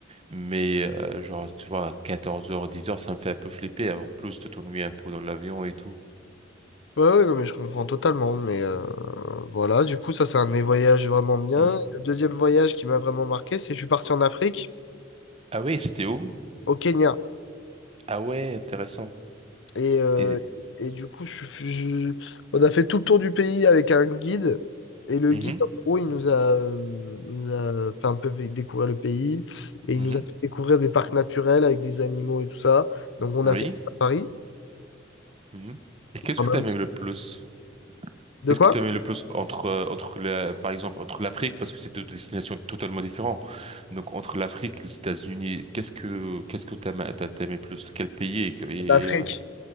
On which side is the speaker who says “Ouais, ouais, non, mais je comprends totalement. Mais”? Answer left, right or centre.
Left